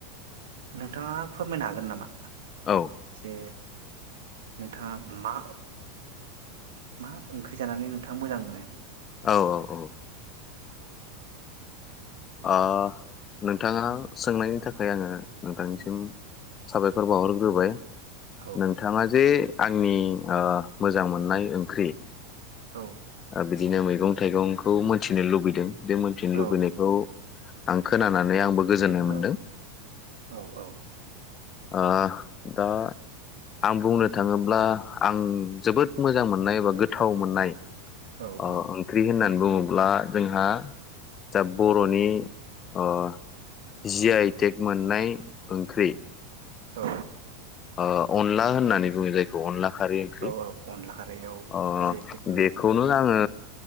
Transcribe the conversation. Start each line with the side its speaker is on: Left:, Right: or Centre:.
Right: नोंथाङा फोरमायनो हागोन नामा
Left: औ
Right: से नोंथाङा मा मा ओंख्रि जानानै नोंथाङा मोजां मोनो
Left: औ औ औ ओ नोंथाङा सोंनायनि थाखाय आङो नोंथांनिसिम साबायखर बावहरग्रोबाय
Right: औ
Left: नोंथाङा जे आंनि ओ मोजां मोननाय ओंख्रि
Right: औ
Left: ओ बिदिनो मैग गं थाइगंखौ मोनथिनो लुबैदों बे मोनथिनो
Right: औ
Left: लुबैनायखौ आं खोनानानै आंबो गोजोननाय
Right: औ
Left: मोनदों
Right: औ औ
Left: ओ दा आं बुंनो थाङोब्ला आं जोबोद मोजां मोननाय बा गोथाव मोननाय
Right: औ
Left: अ ओंख्रि होननानै बुंङो ब्ला जोंहा जा बर नि ओ जि आइ टेक मोननाय ओंख्रि
Right: औ
Left: ओ अनला होननानै बुङो जायखौ अनला खारै ओंख्रि
Right: औ औ अनला खारैयाव
Left: ओ
Right: जि आइ टेक मोननाय
Left: बेखौनो आङो